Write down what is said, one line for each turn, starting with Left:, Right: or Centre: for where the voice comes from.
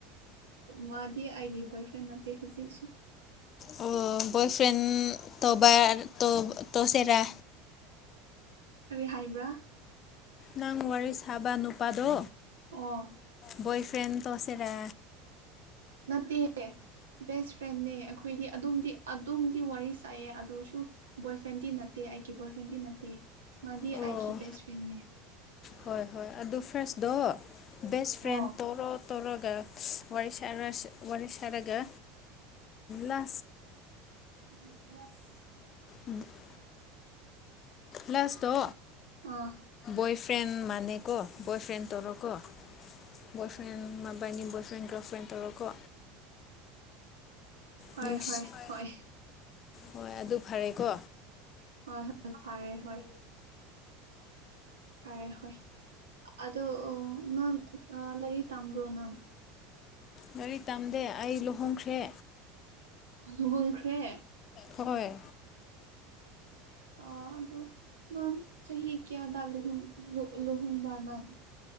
Right: ꯃꯥꯗꯤ ꯑꯩꯒꯤ ꯕꯣꯏ ꯐ꯭ꯔꯦꯟ ꯅꯠꯇꯦ ꯍꯧꯖꯤꯛꯁꯨ
Left: ꯑꯣ ꯕꯣꯏ ꯐ꯭ꯔꯦꯟ ꯇꯣꯕꯥ ꯇ ꯇꯧꯁꯤꯔꯥ
Right: ꯀꯔꯤ ꯍꯥꯏꯕ꯭ꯔꯥ
Left: ꯅꯪ ꯋꯥꯔꯤ ꯁꯥꯕ ꯅꯨꯄꯥꯗꯣ
Right: ꯑꯣ
Left: ꯕꯣꯏ ꯐ꯭ꯔꯦꯟ ꯇꯣꯁꯤꯔꯥ
Right: ꯅꯠꯇ ꯕꯦꯁ ꯐ꯭ꯔꯦꯟꯅ ꯑꯩꯈꯣꯏꯗꯤ ꯑꯗꯨꯝꯗꯤ ꯑꯗꯨꯝꯗꯤ ꯋꯥꯔꯤ ꯁꯥꯏꯑꯦ ꯑꯗꯨꯁꯨ ꯕꯣꯏ ꯐ꯭ꯔꯦꯟꯗꯤ ꯅꯠꯇꯦ ꯑꯩꯒꯤ ꯕꯣꯏ ꯐ꯭ꯔꯦꯟꯗꯤ ꯅꯠꯇꯦ ꯃꯥꯗꯤ
Left: ꯑꯣ
Right: ꯑꯩꯒꯤ ꯕꯦꯁ ꯐ꯭ꯔꯦꯟꯦ
Left: ꯍꯣꯏ ꯍꯣꯏ ꯑꯗꯨ ꯐ꯭ꯔꯦꯁꯗꯣ ꯕꯦꯁ ꯐ꯭ꯔꯦꯟ
Right: ꯑꯣ
Left: ꯇꯣꯔꯣ ꯇꯧꯔꯒ ꯋꯥꯔꯤ ꯁꯥꯟꯅ ꯋꯥꯔꯤꯔꯁꯔꯒ ꯂ
Right: ꯎ ꯀ꯭ꯂꯅꯥꯁ
Left: ꯎ ꯂ꯭ꯂꯥꯁꯇꯣ
Right: ꯑꯥ
Left: ꯣꯏꯐ꯭ꯔꯦꯟꯗ ꯃꯥꯅꯤꯀ ꯣꯏꯐ꯭ꯔꯦꯟ ꯇꯔ ꯀ ꯕꯣꯏ ꯐ꯭ꯔꯦꯟ ꯃꯕꯥꯏꯅꯤ ꯕꯣꯏ ꯐ꯭ꯔꯦꯟ ꯒꯔꯜ ꯐ꯭ꯔꯦꯟ ꯇꯧꯔꯣꯀꯣ
Right: ꯍꯣꯏ
Left: ꯅꯨꯡ
Right: ꯍꯣꯏ
Left: ꯍ
Right: ꯍꯣꯏ
Left: ꯍꯣꯏ ꯑꯗꯨ ꯐꯔꯦꯀꯣ
Right: ꯍꯣꯏ ꯍꯣꯏ ꯐꯔꯦ ꯍꯣꯏ ꯐꯔꯦ ꯍꯣꯏ ꯑꯗꯣ ꯅꯪ ꯂꯥꯏꯔꯤꯛ ꯇꯝꯕ꯭ꯔꯣ ꯅꯪ
Left: ꯒꯥꯔꯤ ꯇꯝꯗꯦ ꯑꯩ ꯂꯨꯍꯣꯡꯈ꯭ꯔꯦ
Right: ꯀꯂ ꯍꯜꯈ꯭ꯔꯦ
Left: ꯍꯣꯏ
Right: ꯑ ꯑꯗꯨ ꯅꯪ ꯆꯍꯤ ꯀꯌꯥꯗꯨꯍ ꯂꯨꯍꯣꯡꯕꯅꯪ